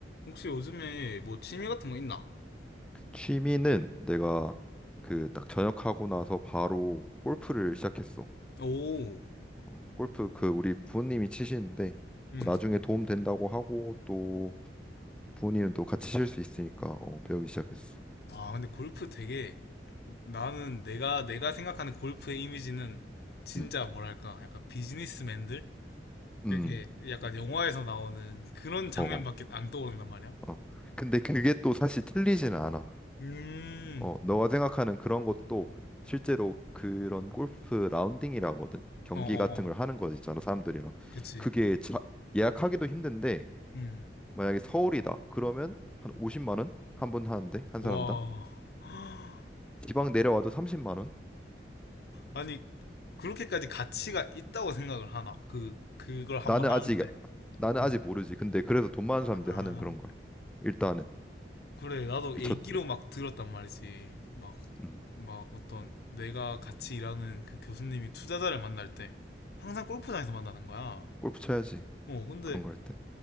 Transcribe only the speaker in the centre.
취미는 내가 그 딱 전역하고 나서 바로 골프를 시작했어.
어, 골프 그 우리 부모님이 치시는데
뭐 나중에 도움 된다고 하고 또 부모님은 또 같이 칠 수 있으니까 어, 배우기 시작했어.
음,
음,
어, 어.
어. 근데 그게 또 사실 틀리지는 않아.
어, 너가 생각하는 그런 것도 실제로 그런 골프 라운딩이라거든. 경기
같은
걸 하는 거 있잖아, 사람들이랑.
그게 자- 예약하기도 힘든데
만약에 서울이다. 그러면 한 50만 원 한 분 하는데 한
사람당.
지방 내려와도 30만 원.
나는
아직 나는
아직 모르지. 근데 그래서 돈 많은 사람들
하는 그런 거야. 일단은
미쳤지.
음.
골프 쳐야지.
그런 거 할 때.